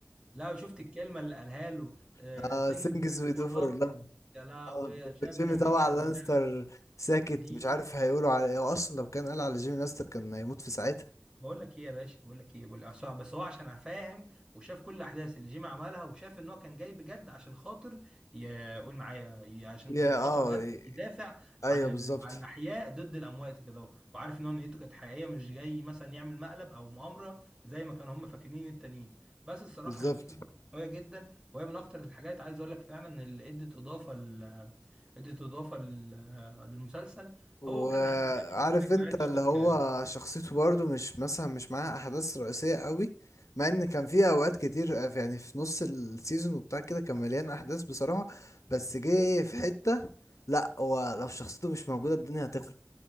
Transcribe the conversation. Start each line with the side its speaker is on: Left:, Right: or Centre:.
Right: لا شفت الكلمه اللي قالها له
Left: <laughs> اه
Right: سينجز
Left: سينجز وي دو
Right: فور
Left: فور
Right: لاف
Left: لاف
Right: يا لهوي
Left: اه
Right: يا شباب
Left: جيمي
Right: بنعملها
Left: طبعا لانستر
Right: لله.
Left: ساكت
Right: دي
Left: مش عارف هيقولوا على ايه هو اصلا لو كان قال على جيمي لانستر كان هيموت في ساعتها
Right: بقول لك ايه يا باشا بقول لك ايه بقول عشان بس هو عشان فاهم وشاف كل الاحداث اللي جيمي عملها وشاف ان هو كان جاي بجد عشان خاطر ي- قول معايا ي- عشان
Left: يا
Right: خاطر
Left: اه
Right: بجد
Left: ي-
Right: يدافع
Left: ايوه
Right: عن ال...
Left: بالظبط
Right: عن الاحياء ضد الاموات وكده اهو. وعارف ان هو نيته كانت حقيقيه مش جاي مثلا يعمل مقلب او مؤامره زي ما كانوا هم فاكرين التانيين بس الصراحه
Left: بالظبط
Right: شخصيته كانت قويه جدا وهي من اكتر الحاجات عايز اقول لك فعلا اللي ادت اضافه ل... ادت اضافه ل... للمسلسل
Left: وعارف
Right: هو كذا حد تاني على فكره
Left: انت
Right: عايز اقول
Left: اللي
Right: لك
Left: هو
Right: آه،
Left: شخصيته برضه مش مثلا مش معاها احداث رئيسيه قوي مع ان كان في اوقات كتير آه، في- يعني في نص السيزون وبتاع كده كان مليان احداث بصراحه بس جه في حته لا هو لو شخصيته مش موجوده الدنيا هتخرب